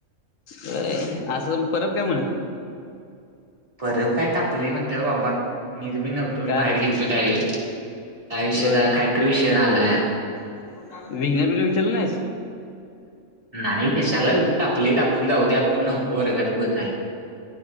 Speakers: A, on the left; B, on the right.
A: हे असुन परब काय म्हणत.
B: परब काय तापलंय म्हणत्यात बाबा मी ज मी नव्हतो मी
A: का
B: बाहेर
A: रे
B: गेलतो त्यावेळी. काय विषयचा
A: होय
B: काहीतरी विषय झाला या.
A: <unintelligible> विचारलं नाहीस.
B: नाही कशाला उग तापलं तापून जाऊ दया आपण नव्हतो वर्गात बस झालं